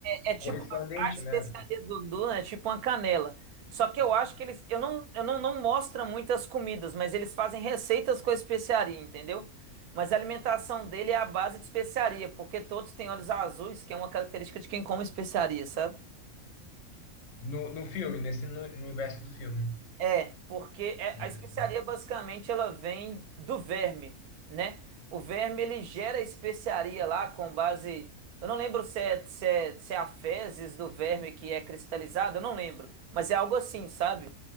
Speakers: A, on the right; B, on the left.
A: É, é tipo
B: correspondente,
A: a a especiaria
B: né?
A: do Dudu, né? É tipo uma canela. Só que eu acho que eles, eu não, eu não, não mostra muitas comidas, mas eles fazem receitas com a especiaria, entendeu? Mas a alimentação dele é à base de especiaria, porque todos têm olhos azuis, que é uma característica de quem come especiaria, sabe?
B: No, no filme, nesse no, no universo do filme.
A: É, porque é-
B: Hum.
A: a especiaria basicamente ela vem do verme, né? O verme ele gera a especiaria lá com base. Eu não lembro se é, se é, se é a fezes do verme que é cristalizado, eu não lembro. Mas é algo assim, sabe?